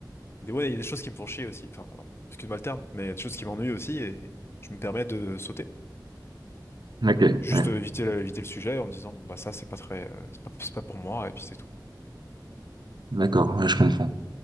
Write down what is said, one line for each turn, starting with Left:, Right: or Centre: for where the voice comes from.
Left: il y a des ouais, il y a des choses qui me font chier aussi. Enfin, pardon, excuse-moi le terme, mais il y a des choses qui m'ennuient aussi et je me permets de sauter.
Right: ok,
Left: Juste
Right: ouais.
Left: euh, éviter le, éviter le sujet en me disant, bon, bah, ça, c'est pas très, euh, c'est pas, c'est pas pour moi, et puis c'est tout.
Right: D'accord, ouais, je comprends.